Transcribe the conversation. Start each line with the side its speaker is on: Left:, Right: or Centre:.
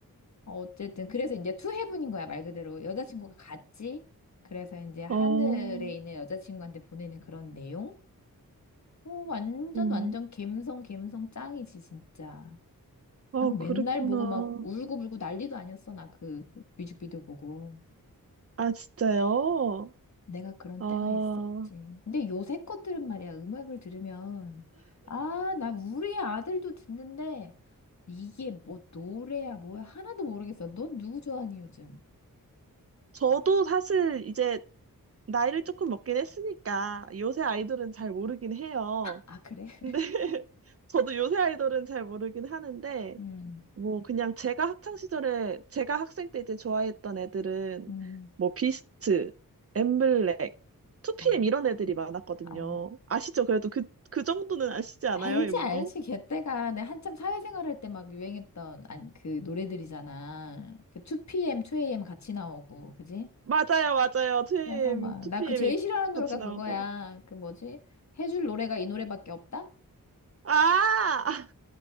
Left: 어, 어쨌든 그래서 이제 투해분인 거야. 말 그대로 여자친구가 갔지. 그래서 이제 하늘에
Right: 아, 어,
Left: 있는 여자친구한테 보내는 그런 내용? 오, 완전
Right: 음.
Left: 완전 갬성 갬성 짱이지 진짜.
Right: 아,
Left: 나 그 맨날
Right: 그랬구나.
Left: 보고 막 울고불고 난리도 아니었어. 나 그 뮤직비디오 보고.
Right: 아, 진짜요?
Left: 내가 그런
Right: 아,
Left: 때가 있었지. 근데 요새 것들은 말이야. 음악을 들으면 아, 나 우리 아들도 듣는데 이게 뭐 노래야 뭐야 하나도 모르겠어. 넌 누구 좋아하니 요즘?
Right: 저도 사실 이제 나이를 조금 먹긴 했으니까 요새 아이돌은 잘 모르긴 해요.
Left: 아, 그래? <laughs>
Right: 근데 <laughs> 저도 요새 아이돌은 잘 모르긴 하는데
Left: 음.
Right: 뭐 그냥 제가 학창 시절에 제가 학생 때 이제 좋아했던 애들은
Left: 음.
Right: 뭐 비스트, 엠블랙, 2PM
Left: 아,
Right: 이런 애들이 많았거든요.
Left: 아.
Right: 아시죠? 그래도 그, 그 정도는 아시지 않아요,
Left: 알지,
Right: 이모도?
Left: 알지. 걔때가 내 한참 사회생활 할 때 막 유행했던, 아니, 그 노래들이잖아. 그 2PM, 2AM 같이 나오고, 그지?
Right: 맞아요, 맞아요. 2PM,
Left: 그래서 막,
Right: 2PM이
Left: 나 그 제일 싫어하는 노래가
Right: 같이 나오고.
Left: 그거야. 그 뭐지? 해줄 노래가 이 노래밖에 없다?
Right: 아!